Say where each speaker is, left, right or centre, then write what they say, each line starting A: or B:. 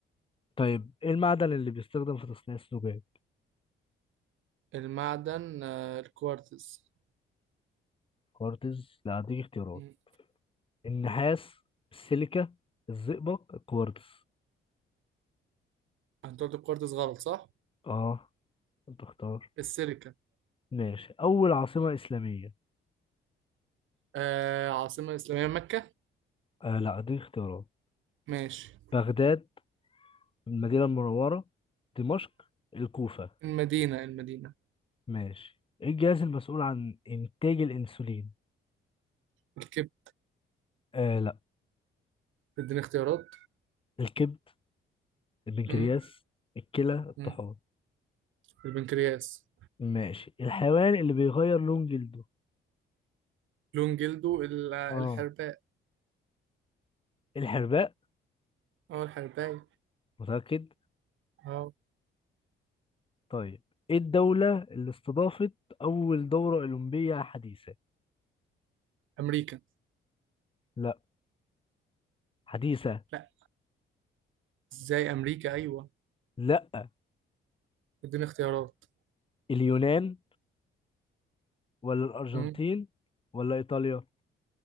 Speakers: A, on the left (about 25°); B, on the right (about 80°).
A: طيب ايه المعدن اللي بيستخدم في تصنيع الزجاج
B: المعدن آه، الكوارتز
A: كوارتز لا هديك اختيارات
B: مم.
A: النحاس السيليكا الزئبق الكوارتز
B: انت قلت الكوارتز غلط صح؟
A: اه انت اختار
B: السيليكا
A: ماشي أول عاصمة إسلامية
B: آه عاصمة إسلامية مكة
A: آه لا دي اختيارات
B: ماشي
A: بغداد المدينة المنورة دمشق الكوفة
B: المدينة المدينة
A: ماشي إيه الجهاز المسؤول عن إنتاج الأنسولين
B: الكبد
A: آه لا
B: اديني اختيارات
A: الكبد البنكرياس
B: مم.
A: الكلى الطحال
B: مم. البنكرياس
A: ماشي الحيوان اللي بيغير لون جلده
B: لون جلده ال- الحرباء
A: آه الحرباء
B: اه الحرباي
A: متأكد
B: اه
A: طيب إيه الدولة اللي استضافت أول دورة أولمبية حديثة
B: أمريكا
A: لا حديثة
B: لا ازاي أمريكا أيوة
A: لا
B: اديني اختيارات
A: اليونان ولا الأرجنتين
B: مم.
A: ولا إيطاليا